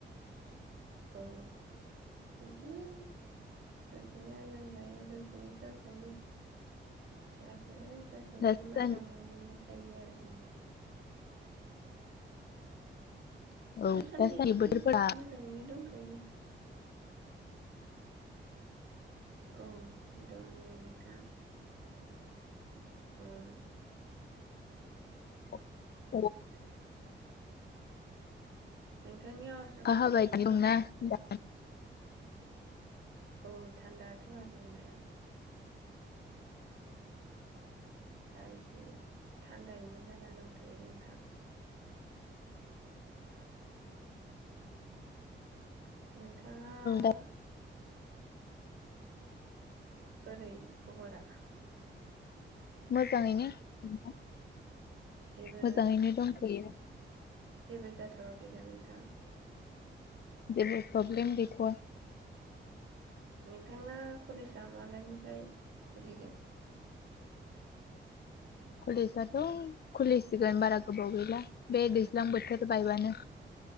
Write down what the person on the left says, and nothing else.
दासान्दि
औ
बोथोरफोरा
<inaudible>
अखा
हाबाय
दंना दा
दा
मोजाङैनो नोंथां <inaudible>
मोजाङैनो दंथ'यो।
जेबो प्रब्लेम गैथ'आ।
कलेजआथ' खुलिसिगोन बारा गोबाव गैला बे दैज्लां बोथोर बायबानो।